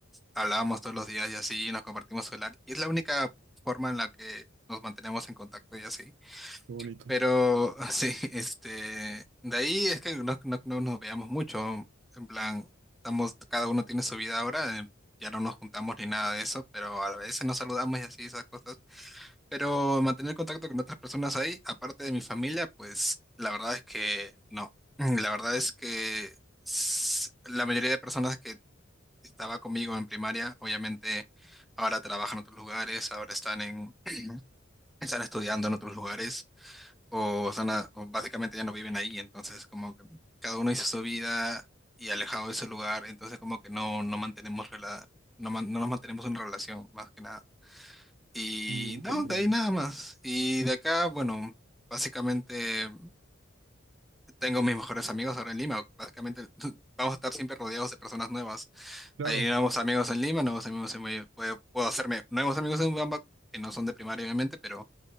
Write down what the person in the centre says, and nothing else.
hablábamos todos los días y así, nos compartimos celular, y es la única forma en la que nos mantenemos en contacto y así.
Pero <laughs> sí, este, de ahí es que no, no- no nos veíamos mucho, en plan, estamos, cada uno tiene su vida ahora, eh, ya no nos juntamos ni nada de eso, pero a veces nos saludamos y así, esas cosas. Pero mantener contacto con otras personas ahí, aparte de mi familia, pues la verdad es que no. Mm, La verdad es que s- la mayoría de personas que estaba conmigo en primaria, obviamente ahora trabajan en otros lugares, ahora están en, están estudiando en otros lugares, o, están a- o básicamente ya no viven ahí, entonces como que cada uno hizo su vida y alejado de ese lugar, entonces como que no, no mantenemos rela- no, man- no nos mantenemos en relación más que nada. Y
no,
de ahí nada más. Y de acá, bueno, básicamente tengo mis mejores amigos ahora en Lima. Básicamente <laughs> vamos a estar siempre rodeados de personas nuevas.
Hay nuevos amigos en Lima, nuevos amigos en... Mollendo. Puedo, puedo hacerme nuevos amigos en Bamba, que no son de primaria, obviamente, pero